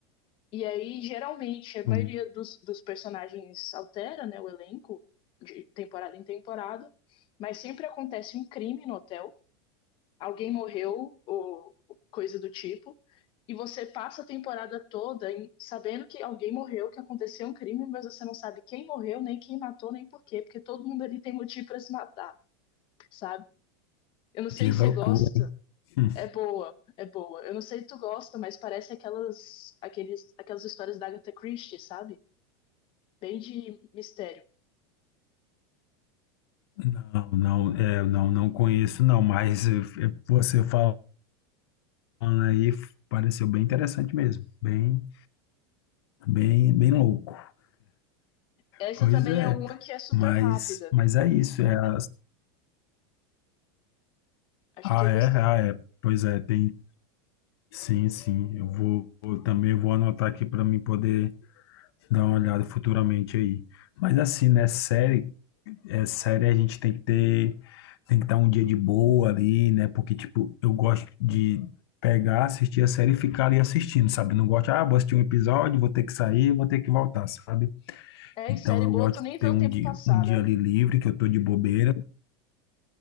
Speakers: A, on the left; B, on the left.
A: E aí, geralmente, a
B: Hum,
A: maioria dos, dos personagens altera, né, o elenco de temporada em temporada, mas sempre acontece um crime no hotel, alguém morreu ou coisa do tipo, e você passa a temporada toda em- sabendo que alguém morreu, que aconteceu um crime, mas você não sabe quem morreu, nem quem matou, nem por quê, porque todo mundo ali tem motivo para se matar, sabe? Eu não sei
B: Que
A: se
B: loucura.
A: você gosta,
B: Hum,
A: é boa, é boa. Eu não sei se tu gosta, mas parece aquelas aqueles aquelas histórias da Agatha Christie, sabe? bem de mistério.
B: Não, não, é, não, não conheço, não, mas eh, eh, você falando aí f- pareceu bem interessante mesmo, bem, bem, bem louco.
A: Essa
B: Pois
A: também
B: é,
A: é uma que é super
B: mas,
A: rápida.
B: mas é isso. É, as-
A: Acho
B: ah,
A: que tu ia
B: é,
A: gostar.
B: ah, é, pois é, tem, sim, sim. Eu vou, eu também vou anotar aqui para mim poder dar uma olhada futuramente aí. Mas assim, né, série, é sério, a gente tem que ter, tem que dar um dia de boa ali, né? Porque, tipo, eu gosto de pegar, assistir a série e ficar ali assistindo, sabe? Não gosto, ah, vou assistir um episódio, vou ter que sair, vou ter que voltar, sabe?
A: É,
B: Então
A: e série
B: eu
A: boa,
B: gosto
A: tu
B: de
A: nem vê
B: ter
A: o
B: um
A: tempo
B: dia,
A: passar,
B: um dia
A: né?
B: ali livre, que eu tô de bobeira.